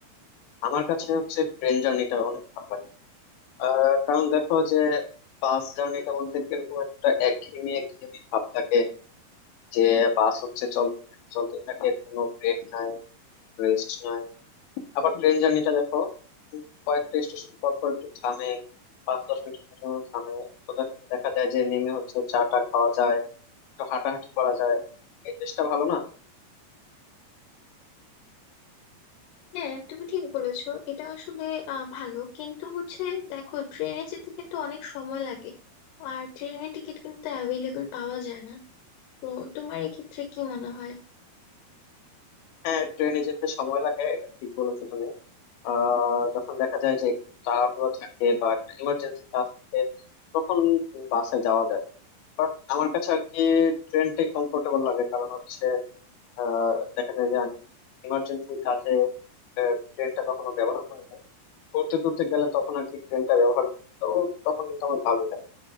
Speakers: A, on the left; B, on the left.
A: আমার কাছে হচ্ছে ট্রেন জার্নিটা অনেক ভালো লাগে আহ, কারণ দেখো যে বাস জার্নিটার মধ্যে কিরকম একটা একঘেয়েমি একঘেয়েমি ভাব থাকে যে বাস হচ্ছে চলতে থাকে চলতে থাকে কোনো ব্রেক নাই রেস্ট নাই আবার ট্রেন জার্নিটা দেখো উম, কয়েকটা স্টেশন পর পর একটু থামে পাঁচ দশ মিনিটের জন্য থামে তো দেখ- দেখা যায় যে নেমে হচ্ছে চা টা খাওয়া যায় একটু হাঁটাহাঁটি করা যায় এই দেশটা ভালো না
B: হ্যাঁ তুমি ঠিক বলেছো এটা আসলে আহ, ভালো কিন্তু হচ্ছে দেখো ট্রেনে যেতে কিন্তু অনেক সময় লাগে আর ট্রেনের টিকিট কিন্তু অ্যাভেলেবল পাওয়া যায় না তো তোমার এক্ষেত্রে কি মনে হয়
A: হ্যাঁ ট্রেনে যেতে সময় লাগে এটা ঠিক বলেছো তুমি আহ যখন দেখা যায় যে একটু তাড়াহুড়ো থাকে বা একটা ইমার্জেন্সি কাজ থাকে তখন বাসে যাওয়া যায় বাট আমার কাছে আর কি ট্রেনটাই কমফোর্টেবল লাগে কারণ হচ্ছে আহ দেখা যায় যে আমি ইমার্জেন্সি কাজে আহ, ট্রেনটা কখনো ব্যবহার করি নাই ঘুরতে টুরতে গেলে তখন আর কি ট্রেনটা ব্যবহার করি তো তখন কিন্তু আমার ভালোই লাগে